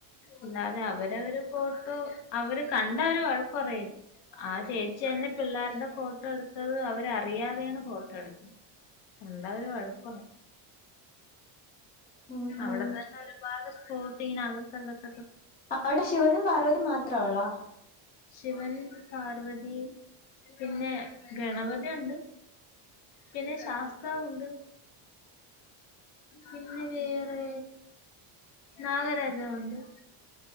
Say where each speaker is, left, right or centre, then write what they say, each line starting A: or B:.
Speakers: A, on the left; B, on the left.
A: അല്ലാതെ അവരവര് ഫോട്ടോ അവര് കണ്ടാ അവര് വഴക്ക് പറയും ആ ചേച്ചിന്നെ പിള്ളേരുടെ ഫോട്ടോ എട്ത്തത് അവരറിയാതെയാണ് ഫോട്ടോ എട് കണ്ടാല് വഴക്കൊറയും
B: ഉം ഉം
A: അവിടെ തന്നെ ഒരുപാട് പോട്ട് ഇങ്ങനെ അകത്തൊക്കെ
B: അവിടെ ശിവനും പർവതിയും മാത്രേ ഉള്ളോ?
A: ശിവൻ പാർവതി പിന്നെ ഗണപതി ഉണ്ട്. പിന്നെ ശാസ്താവുണ്ട് പിന്നെ വേറെ നാഗരാജാവുണ്ട്.